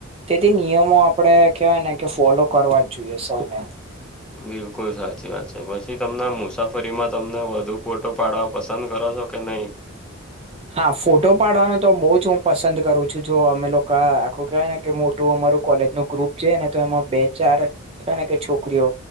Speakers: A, on the right; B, in the centre.
A: તેથી નિયમો આપડે કેહેવાય ને કે ફોલો કરવા જ જોઈએ સૌને
B: બિલકુલ સાચી વાત છે પછી તમને મુસાફરીમાં તમને વધુ ફોટો પાડવા પસંદ કરો છો કે નહી.
A: હા ફોટો પાડવાનું તો બહુ જ હું પસંદ કરું છું જો અમે લોકો આખું કહેવાય ને કે મોટું અમારું કોલેજનું ગ્રુપ છે ને તો એમાં બે ચારને કે છોકરીઓ